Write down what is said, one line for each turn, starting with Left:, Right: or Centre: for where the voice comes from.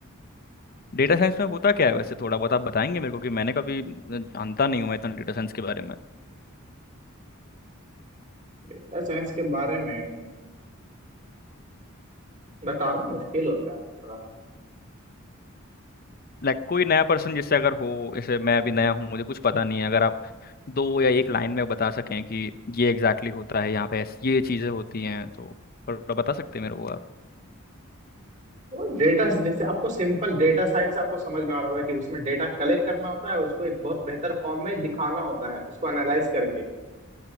Left: डेटा साइंस में होता क्या है वैसे थोड़ा बहुत आप बताएंगे मेरे को कि मैंने कभी जानता नहीं हूँ मैं इतना डेटा साइंस के बारे में
Right: Data science के बारे में बताना मुश्किल होता है थोड़ा
Left: लाइक कोई नया पर्सन जैसे अगर हो जैसे मैं अभी नया हूँ मुझे कुछ पता नहीं है अगर आप दो या एक लाइन में बता सकें कि ये एग्जैक्टली exactly होता है यहाँ पे ऐस- ये चीज़ें होती हैं तो थोड़ा बता सकते हैं मेरे को आप
Right: तो डेटा जैसे आपको सिंपल डेटा साइंस आपको समझ में आ रहा होगा कि उसमें डेटा कलेक्ट करना होता है उसको एक बहुत बेहतर फॉर्म में दिखाना होता है उसको एनालाइज करके